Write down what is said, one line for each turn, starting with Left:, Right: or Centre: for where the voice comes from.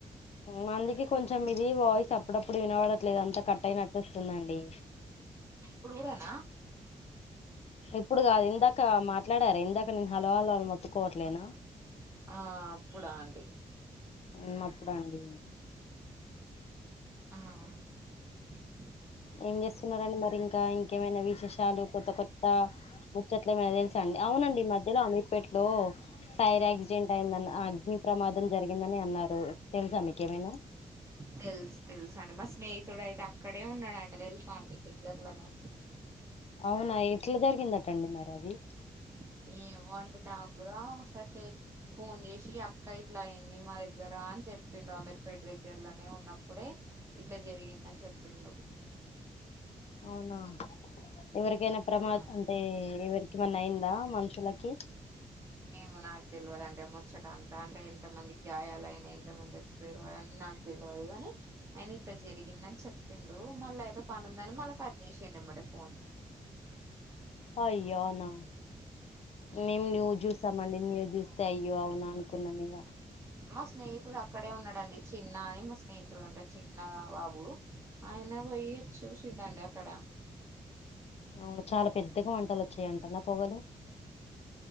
Left: మందికి కొంచెం ఇది వాయిస్ అప్పుడప్పుడు వినబడట్లేదు అంట కట్ అయినట్టు వస్తుందండి.
Right: ఇప్పుడు కూడానా
Left: ఇప్పుడు కాదు ఇందాక మాట్లాడారా ఇందాక నేన్ హలో హలో అని మొత్ మొత్తుకోట్లెనా
Right: ఆ అప్పుడా అండి.
Left: ఉ అప్పుడేండి
Right: మ్ ఉ
Left: ఏం చేస్తున్నారండి మరి ఇంకా, ఇంకేమైనా విశేషాలు కొత్త కొత్త ముచ్చట్లెమైనా తెలుసా అండి. అవునండి మధ్యలో అమిర్ అమీర్ పేట్ లో ఫైర్ యాక్సిడెంట్ అయిందని అగ్ని ప్రమాదం జరిగిందని అన్నారు తెల్సా మీకేమైనా?
Right: తెల్సు తెలుసండి స్నేహితుడయితే అక్కడే ఉన్నాడంట తెల్సా అండి దగ్గర లోనే
Left: అవునా ఎట్లా జరిగిందటండి మరి అది
Right: <inaudible> ఏమో అండి నాక్కూడా ఒకసారి ఫోన్ చేసి అక్క ఇట్లా అయింది మా దగ్గర అని చెప్పిండు అమీర్పేట్ దగ్గర్లనే ఉన్నప్పుడే ఇట్లా జరిగిందని చెప్పిండు.
Left: అవునా ఎవరికైనా ప్రమాదము
Right: ఆ
Left: అంటే ఎవరికెమన్న అయిందా? మనుషులకి
Right: ఏమో నాకి అయితే తెల్వదండి ఆ ముచ్చట అంతా. అంటే ఎంత మంది కి గాయాలయినాయ్ ఎంతమంది చచ్చిపోయినారు. అవన్నీ నాకు తెల్వదు గాని ఆయనిట్లా జరిగిందని చెప్పిండు. మళ్ళా ఏదో పనుందని మళ్ళా కట్ చేసిండు. ఎమ్మడే ఫోన్
Left: అయ్యో అవునా
Right: ఉమ్.
Left: మేము న్యూస్ చూసామండి న్యూస్ చూస్తే అయ్యో అవునా అనుకున్నామిగ.
Right: మా స్నేహితుడక్కడే ఉన్నాడండి చిన్న అని మా స్నేహితుడు అంటే చిన్న బాబు ఆయన పోయి చూసిండంట అక్కడ.
Left: అవును చాలా పెద్దగా మంటలోచ్చాయంటనా పొగలు